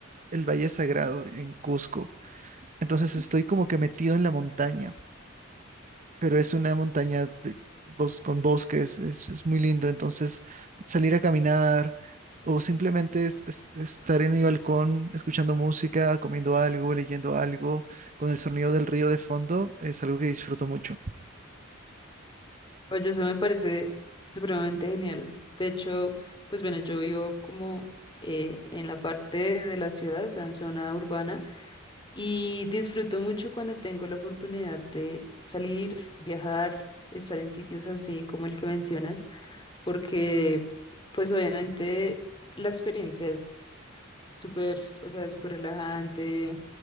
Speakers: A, on the right; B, on the left.
A: el Valle Sagrado, en Cusco, entonces estoy como que metido en la montaña. pero es una montaña de bos- con bosques, es, es muy lindo. Entonces, salir a caminar o simplemente es- es- estar en mi balcón escuchando música, comiendo algo, leyendo algo, con el sonido del río de fondo, es algo que disfruto mucho.
B: Oye, eso me parece supremamente genial. De hecho, pues bueno, yo vivo como eh, en la parte de la ciudad, o sea, en zona urbana, y disfruto mucho cuando tengo la oportunidad de salir, viajar, estar en sitios así como el que mencionas, porque pues obviamente la experiencia es súper, o sea, súper relajante,